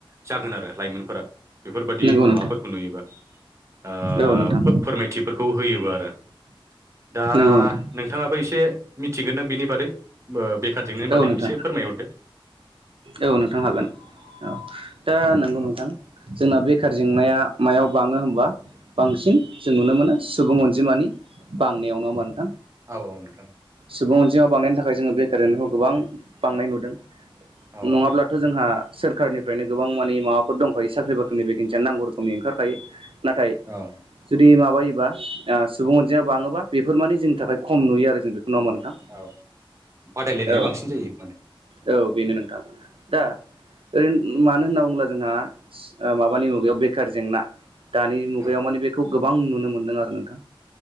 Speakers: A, on the right; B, on the right.
A: जागोन आरो लाइमोनफोरा बेफोरबादि
B: नंगौ नोंथां
A: माबाफोर खौ नुयोबा ओ
B: औ नोंथां
A: फो-फोरमायथिफोरखौ होयोबा आरो। दा
B: नंगौ नोंथां
A: नोंथाङाबो एसे मिथिगोन ना बिनि बादै? ओ बेखार जेंनानि बादै
B: औ नोंथां
A: एसे फोरमायहरदो।
B: औ नोंथां हागोन औ दा नंगौ नोंथां। जोंना बेखार जेंनाया मायाव बाङो होमबा बांसिन जों नुनो मोनो सुबुं अनजिमानि बांनायाव नङा होमबा नोंथां
A: औ नोंथां
B: सुबुं अनजिमा बांनायनि थाखाय जोङो बे कारेन्टखौ गोबां बांनाय नुदों
A: औ
B: नङाब्लाथ'
A: नोंथां
B: जोंहा सोरखारनिफ्रायनो गोबां माने माबाफोर दंखायो साख्रि बाख्रिनि बेखेन्सिया नांगौ रोखोमनि ओंखारखायो। नाथाय
A: औ
B: जुदि माबायोबा ओ सुबुं अन जिमा बाङोबा बेफोर मानि जोंनि थाखाय खम नुयो आरो जों बेखौ नङा होनबा नोंथां?
A: औ बादायलायनाया
B: औ
A: बांसिन जायो माने।
B: औ बेनो नोंथां दा ओरै मानो होनना बुङोब्ला जोंहा ओ माबानि मुगायाव बेखार जेंना दानि मुगायाव
A: औ
B: माने बेखौ गोबां नुनो मोनदों आरो नोंथां